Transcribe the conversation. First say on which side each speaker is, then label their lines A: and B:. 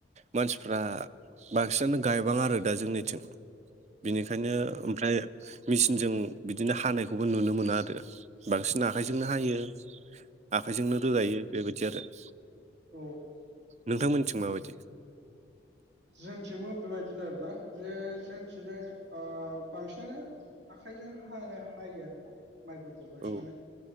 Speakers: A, on the right; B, on the right.
A: मानसिफ्रा बांसिनानो गायबांङा आरो दा जोंनिथिं। बेनिखायनो ओमफ्राय मेसिनजों बिदिनो हानायखौबो नुनो मोनो आरो। बांसिन आखाइजोंनो हायो, आखाइजोंनो रोगायो बेबायदि आरो। <inaudible>
B: औ
A: नोंथांमोननिथिं माबायदि?
B: जोंथिंबो बेबायदिनो आरोना। जे जोंथिंजाय ओ बांसिनानो आखाइजों हानाय, हायो आरोना। माइफोरखौ बांसिनानो
A: औ